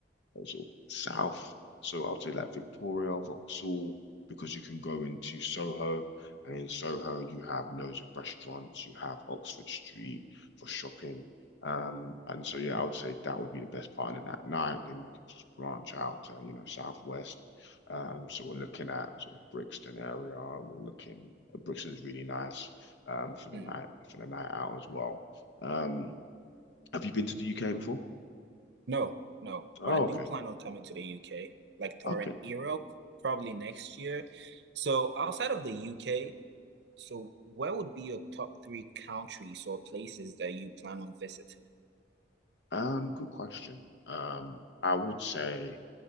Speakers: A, on the left; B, on the right.
A: uh, sort of south. So I'll say like Victoria, Vauxhall, because you can go into Soho, and in Soho you have loads of restaurants. You have Oxford Street for shopping. Um, and so yeah, I would say that would be the best part. And at night, then you can just branch out to, you know, southwest. Um, so we're looking at sort of Brixton area. We're looking Brixton is really nice um for the
B: Mhm.
A: night for the night out as well. Um, have you been to the UK before?
B: No, no,
A: Oh,
B: but I do
A: okay.
B: plan on coming to the UK, like touring
A: Okay.
B: Europe probably next year. So outside of the UK, So, where would be your top three countries or places that you plan on visiting?
A: Um, good question. Um, I would say